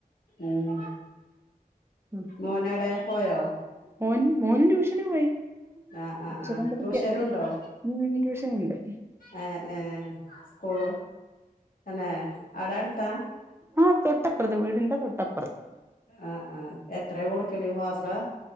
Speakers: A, on the left (about 70°); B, on the right (about 15°).
A: ഉം
B: ഉം
A: മോനെടെ പോയോ
B: മോൻ മോൻ ട്യൂഷന് പോയി
A: ആഹ് ആഹ്
B: അക്ഷരം
A: ആഹ്
B: പഠിക്കാൻ
A: ട്യൂഷനുണ്ടോ
B: <unintelligible> ട്യൂഷനോണ്ട്
A: ഏഹ് ഏഹ് സ്കൂൾ തന്നെ അവടടുത്താ?
B: ആഹ് തൊട്ടപ്രത്ത് വീടിന്റെ തൊട്ടപ്രത്ത്
A: ആഹ് ആ എത്രയാ കൊടുക്കല് മാസാ